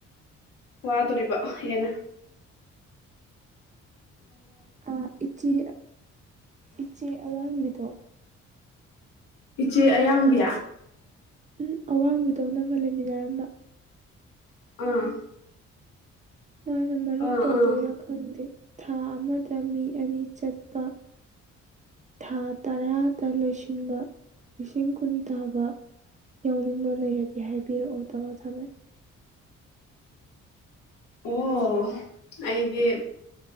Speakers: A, on the left; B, on the right.
A: ꯋꯥꯗꯣꯔꯤꯕ ꯌꯦꯅ
B: ꯑꯥ ꯏꯆꯦ ꯏꯆꯦ ꯑꯋꯥꯥꯡꯕꯤꯗꯣ
A: ꯏꯆꯦ ꯑꯌꯥꯡꯕꯤ
B: ꯎꯝ ꯑꯋꯥꯡꯕꯤꯗꯣ ꯅꯪꯒ ꯂꯩꯃꯤꯟꯅꯔꯝꯕ
A: ꯑꯥ
B: ꯃꯥꯅ ꯃꯔꯨꯞ
A: ꯑꯥ
B: ꯇꯧꯗꯣꯏꯔꯥ
A: ꯑꯥ
B: ꯈꯪꯗꯦ ꯊꯥ ꯑꯃꯗ ꯃꯤ ꯑꯅꯤ ꯆꯠꯄ ꯊꯥ ꯇꯔꯥꯗ ꯂꯣꯏꯁꯤꯟꯕ ꯂꯤꯁꯤꯡ ꯀꯨꯟ ꯇꯥꯕ ꯌꯥꯎꯅꯤꯡꯕ ꯂꯩꯔꯗꯤ ꯍꯥꯏꯕꯤꯔꯛꯑꯣ ꯇꯧꯔꯥ ꯊꯝꯃꯛꯑꯦ
A: ꯑꯣ ꯑꯩꯗꯤ